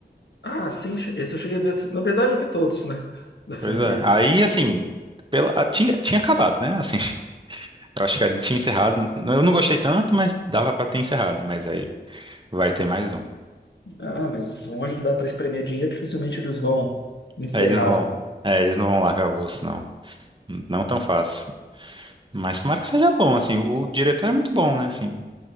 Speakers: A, on the left; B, on the right.
A: Ah, sim, che- esse eu cheguei a ver. Na verdade, eu vi todos, né? Da franquia.
B: Pois é. Aí, assim, pela, a- tinha, tinha acabado, né? Assim, <laughs> eu acho que ali tinha encerrado. Eu não gostei tanto, mas dava pra ter encerrado, mas aí vai ter mais um.
A: Ah, mas onde dá pra espremer dinheiro, dificilmente eles vão encerrar.
B: Aí eles não vão.
A: assim.
B: É, eles não vão largar o osso, não. Não tão fácil. Mas tomara que seja bom, assim, o diretor é muito bom, né, assim,